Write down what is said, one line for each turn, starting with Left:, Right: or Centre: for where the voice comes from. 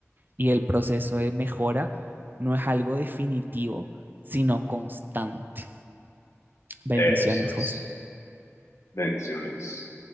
Right: Y el proceso de mejora no es algo definitivo, sino constante. Bendiciones,
Left: Eso es.
Right: José.
Left: Bendiciones.